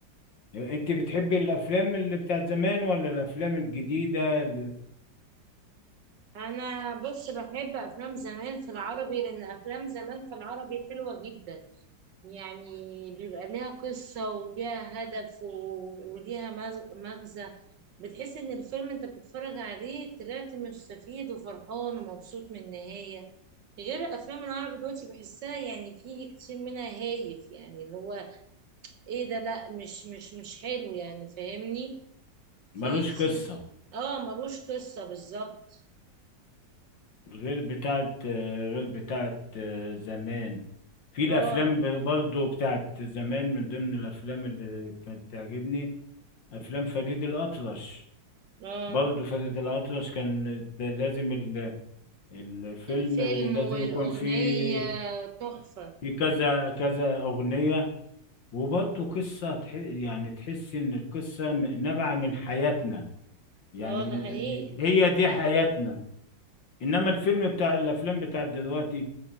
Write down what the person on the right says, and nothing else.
انا بص بحب افلام زمان في العربي لان افلام زمان في العربي حلوة جدا يعني بيبقى ليها قصة وليها هدف و- وليها مغ- مغزى بتحس ان الفيلم انت بتتفرج عليه طلعت مستفيد وفرحان ومبسوط من النهاية غير الافلام العربي دلوقتي بحسها يعني في كتير منها هايف يعني اللي هو ايه ده لا مش مش مش حلو يعني فاهمني في
كتير
اه ملوش قصة بالظبط
اه
اه
الفيلم والأغنية
تحفة
اه ده
حقيقي